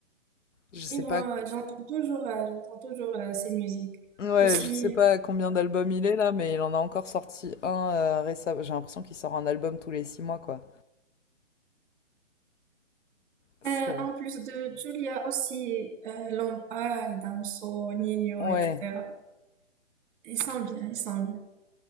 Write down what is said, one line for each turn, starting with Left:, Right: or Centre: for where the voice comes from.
Left: Je sais
Right: Oui, moi,
Left: pas,
Right: j'entends toujours, euh, j'entends toujours euh, ces musiques.
Left: ouais,
Right: Aussi,
Left: je sais pas combien d'albums il est là, mais il en a encore sorti un euh, récemment. J'ai l'impression qu'il sort un album tous les six mois, quoi. C'est
Right: Euh, en plus de Julia aussi, euh, Lampal, Damso, Nino,
Left: Ouais,
Right: etc. Ils sont bien, ils sont bien.